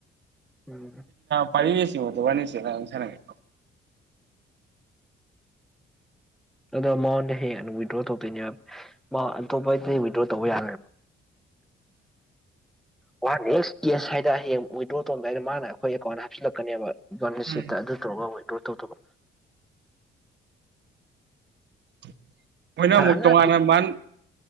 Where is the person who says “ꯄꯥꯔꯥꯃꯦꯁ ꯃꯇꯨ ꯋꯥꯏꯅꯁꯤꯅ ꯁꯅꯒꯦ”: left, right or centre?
Right